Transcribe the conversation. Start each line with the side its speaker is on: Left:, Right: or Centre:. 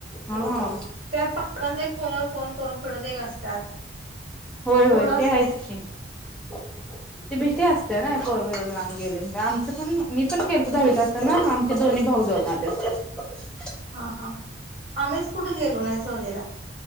Centre: हा
Right: त्यात पक्कांचा एक फोनवर फोन करून फिडत एक असतात.
Centre: होय होय
Right: थोडासे
Centre: ते आहेच की ते भीती असतें ना पोरगं एवढे लांब गेले म्हणे आमचं पण मी पण गेलो दहावीत असतं ना आमचे दोन्ही भावजया <unintelligible>
Right: हा हा आम्हीच कुठे गेलो नाही सहलीला.